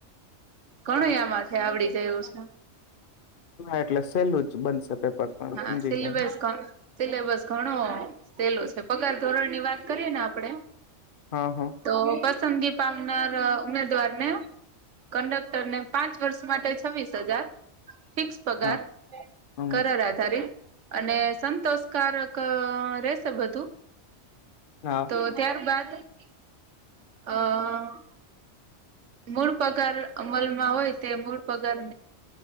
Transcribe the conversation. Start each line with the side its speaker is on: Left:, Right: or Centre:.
Right: ઘણો
Left: હમ
Right: આમાં છે આવડી જય ઉષ્ણ
Left: હા એટલે સેલું જ બનશે પેપરું
Right: હા
Left: સમજી
Right: સિલેબસ
Left: ગયા હું
Right: સિલેબસ ઘણો સેલો છે પગાર ધોરણ ની વાત કરીય ને આપડે
Left: હા હા
Right: તો પસંદગી પામનાર ઉમેદવારને કંડક રને પાંચ વર્ષ માટે છવ્વીસ હજાર ફિક્સ પગાર
Left: હા હમ
Right: કરાર આધારે અને સંતોષકારક રેશે બધું
Left: હા
Right: તો ત્યારબાદ હ મૂળ પગાર અમલમાં હોય તે મૂળ પગારક